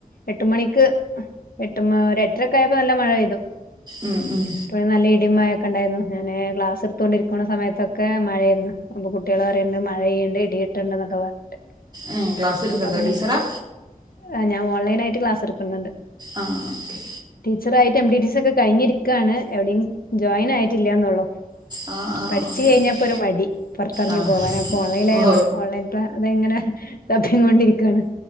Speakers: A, on the left (about 80°); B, on the right (about 30°).
A: എട്ട് മണിക്ക് എട്ട് മ ഒരു എട്ടര ഒക്കെ ആയപ്പ നല്ല മഴ പെയ്തു
B: ഉം ഉം
A: <unintelligible> മഴയൊക്കെണ്ടായിരുന്നു ഞാന് ക്ലാസ് എടുത്തൊണ്ടിരിക്കണ സമയത്തൊക്കെ മഴയാരുന്നു അപ്പൊ കുട്ടികൾ പറയണ്ട് മഴ ഇണ്ട് ഇടിവെട്ടുണ്ടെന്നൊക്കെ പറയണുണ്ട്
B: ഏ ക്ലാസ് എടുക്കണ്ടോ
A: അപ്പ അങ്ങനെ
B: ടീച്ചറാ
A: ഏ ഞാൻ ഓൺലൈൻ ആയിട്ട് ക്ലാസ്സ് എടുക്കുന്നുണ്ട്
B: ആ okay
A: <unintelligible> M B B S ഒക്കെ കഴിഞ്ഞിരിക്കുകയാണ് എവിടെയും ജോയിൻ ആയിട്ടില്ലന്നുള്ളു
B: ആ ആ
A: പഠിച്ചു
B: ഓക്കെ
A: കഴിഞ്ഞപ്പൊ
B: ഓക്കെ
A: ഒരു മടി പുറത്തിറങ്ങി
B: ആ
A: പോകാൻംഅപ്പൊ ഓൺലൈന്
B: ഓ
A: ഓൺ ഓൺലൈൻ ട്രാ അതെങ്ങനെ തപ്പി കൊണ്ടിരിക്കയാണ്